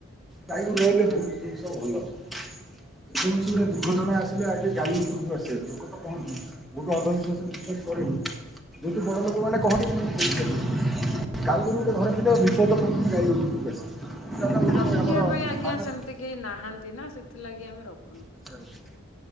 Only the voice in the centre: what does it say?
ଗାଇ ଗୋରୁ ରହିଲେ ବହୁତ ଜିନଷ ଭଲ। ଯେକୌଣସି ଗୋଟେ ଦୁର୍ଘଟଣା ଆସିଲେ ଆଗେ ଗାଈ ଉପରକୁ ଆସେ ଲୋକ ତ କହନ୍ତି। ମୁଁ ବି ଅନ୍ଧବିଶ୍ୱାସରେ ବିଶ୍ୱାସ କରିନି ଯେହେତୁ
ବଡ ଲୋକମନେ କହନ୍ତି <inaudible> ଗାଈ ଗୋରୁ ଗୋଟେ ଘରେ ଥିଲେ ବିପଦ ପ୍ରଥମେ ଗାଈ ଗୋରୁ ଉପରକୁ ଆସେ ସେଇଟା ଗୋଟେ
ଆମର
ମାନସ
ଆଛା ଆଛା।